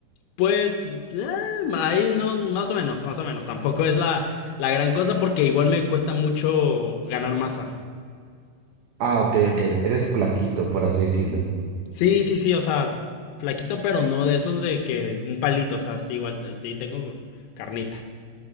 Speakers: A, on the left (about 85°); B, on the right (about 80°).
A: Pues eh, ahí no, más o menos, más o menos. Tampoco es la, la gran cosa porque igual me cuesta mucho ganar masa.
B: Ah, ok, ok. Eres flaquito, por así decirlo.
A: Sí, sí, sí, o sea, flaquito, pero no de esos de que un palito, o sea, sí, igual, t- sí, tengo carnita.